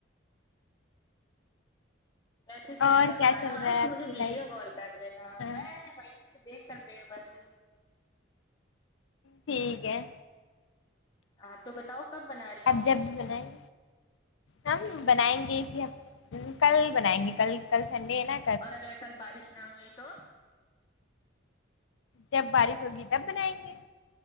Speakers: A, on the left (about 20°); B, on the left (about 80°).
A: ویسے چل
B: اور
A: بنانا
B: کیا چل رہا ہے
A: تو
B: آپ
A: مجھے
B: کی
A: ویڈیو
B: لائف
A: کال
B: میں
A: کر لے گا
B: ہاں
A: میں وہیں سے دیکھ کر پیڑ بھر لو
B: ٹھیک ہے
A: ہاں تو بتاؤ کب بنا رہی ہو
B: اب جب بھی بنائیں ہم بنائیں گے اسی ہف کل بنائیں گے کل کل سنڈے ہے نا
A: اور اگر کل بارش نہ ہوئی تو
B: جب بارش ہوگی تب بنائیں گے